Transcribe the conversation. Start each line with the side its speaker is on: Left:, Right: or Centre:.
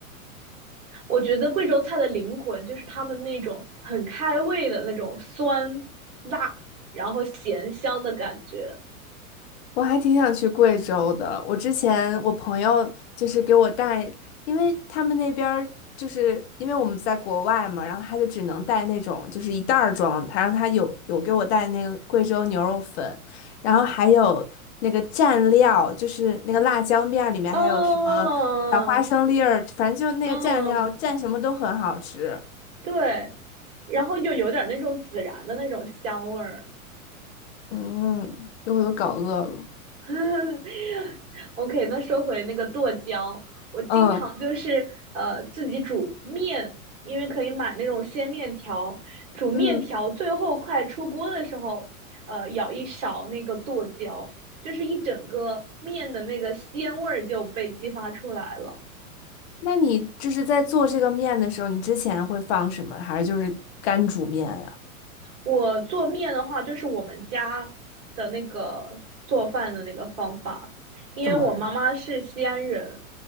Right: 我觉得贵州菜的灵魂就是他们那种很开胃的那种酸、辣，然后咸香的感觉。
Left: 我还挺想去贵州的。我之前我朋友就是给我带，因为他们那边儿就是因为我们在国外嘛，然后他就只能带那种就是一袋儿装，他让他有有给我带那个贵州牛肉粉，然后还有那个蘸料，就是那个辣椒面儿里面还有什么小花生粒儿，
Right: 嗯
Left: 反正就那个蘸料蘸什么都很好吃。
Right: 嗯，对，然后又有点那种孜然的那种香味儿。
Left: 嗯，给我都搞饿了。
Right: <laughs> OK，那说回那个剁椒，我经常就是呃自己煮面，
Left: 嗯
Right: 因为可以买那种鲜面条，煮面条最后快出锅的时候，
Left: 嗯。
Right: 呃舀一勺那个剁椒，就是一整个面的那个鲜味儿就被激发出来了。
Left: 那你就是在做这个面的时候，你之前会放什么？还是就是干煮面呀？
Right: 我做面的话，就是我们家的那个做饭的那个方法，因为我妈妈是西安人，
Left: 怎么？